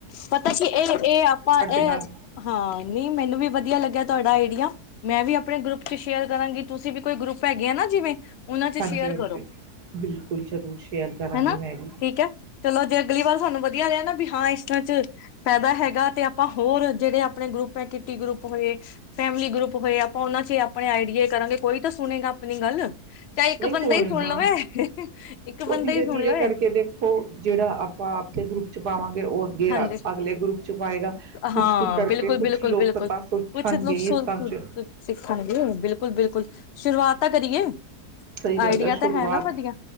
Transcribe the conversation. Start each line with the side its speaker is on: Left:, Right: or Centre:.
Left: ਪਤਾ ਕੀ ਇਹ ਇਹ ਆਪਾਂ ਇਹ
Right: ਨਾਲ
Left: ਹਾਂ ਨ ਮੈਨੂੰ ਵੀ ਵਧੀਆ ਲੱਗਿਆ ਤੁਹਾਡਾ ਇਹ <unintelligible> ਮੈਂ ਵੀ ਆਪਣੇ ਗਰੁੱਪ ਚ ਸ਼ੇਅਰ ਕਰਾਂਗੀ ਤੁਸੀਂ ਵੀ ਕੋਈ ਗਰੁੱਪ ਹੈਗੇ ਆ ਨਾ ਜਿਵੇਂ ਉਹਨਾਂ ਚ
Right: ਹਾਂਜੀ
Left: ਸ਼ੇਅਰ
Right: ਹਾਂਜੀ
Left: ਕਰੋ
Right: ਬਿਲਕੁਲ ਜ਼ਰੂਰ ਸ਼ੇਅਰ ਕਰਾਂਗੀ
Left: ਹਨਾ
Right: ਮੈਂ ਵੀ
Left: ਠੀਕ ਹੈ ਚਲੋ ਜੇ ਅਗਲੀ ਵਾਰ ਸਾਨੂੰ ਵਧੀਆ ਰਿ ਨਾ ਵੀ ਹਾਂ <unintelligible> ਅੱ ਚ ਫੈਦਾ ਹੈਗਾ ਤੇ ਆਪਾਂ ਹੋਰ ਜਿਹੜੇ ਆਪਣੇ ਗਰੁੱਪ ਹੈ ਕਿਟੀ ਗਰੁੱਪ ਹੋਏ ਫੈਮਿਲੀ ਗਰੁੱਪ ਹੋਏ ਆਪਾਂ ਉਹਨਾਂ ਚ ਆਪਣੇ ਆਈਡੀਏ ਕਰਾਂਗੇ ਕੋਈ ਤਾਂ ਸੁਣੇਗਾ ਆਪਣੀ ਗੱਲ ਚਾਹੇ ਇੱਕ
Right: ਨਹੀਂ
Left: ਬੰਦਾ
Right: ਕੋਈ
Left: ਹੀ ਸੁਣ
Right: ਨਾ
Left: ਲਵੇ ਇੱਕ ਬੰਦਾ
Right: ਉਹ ਧੀਰੇ
Left: ਹੀ ਸੁਣ
Right: ਧੀਰੇ
Left: ਲਵੇ
Right: ਕਰਕੇ ਦੇਖੋ ਜਿਹੜਾ ਆਪਾਂ ਗਰੁੱਪ ਚ ਪਾਵਾਂਗੇ ਉਹ ਅੱਗੇ
Left: ਹਾਂਜੀ
Right: ਆ- ਅਗਲੇ ਗਰੁੱਪ 'ਚ ਪਾਏਗਾ ਕੁਛ
Left: ਹਾਂ
Right: ਕੁਛ ਕਰਕੇ
Left: ਬਿਲਕੁੱਲ
Right: ਕੁਛ
Left: ਬਿਲਕੁੱਲ
Right: ਲੋਕ
Left: ਬਿਲਕੁੱਲ
Right: ਤਾਂ ਸਿੱਖਣਗੇ
Left: ਕੁੱਛ
Right: ਇਸ ਸਭ 'ਚ
Left: <unintelligible> ਸਿੱਖਾਂਗੇ ਬਿਲਕੁੱਲ ਬਿਲਕੁੱਲ ਸ਼ੁਰੂਆਤ ਤਾਂ ਕਰੀਏ
Right: ਸਹੀ ਗੱਲ
Left: ਆਈਡੀਆ
Right: ਸ਼ੁਰੂਆਤ
Left: ਤਾਂ ਹੈ ਨਾ ਵਧੀਆ